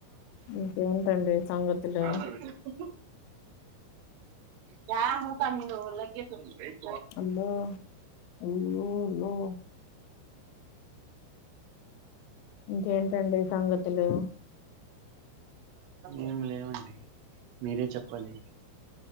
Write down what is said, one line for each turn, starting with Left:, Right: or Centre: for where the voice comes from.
Left: ఇంకేంటండి సంగతులు
Right: క పోతదాల ఎ
Left: అబ్బా అయ్యో లో ఇంకేంటండి సంగతులు
Right: ఏం లేవండి మీరే చెప్పాలి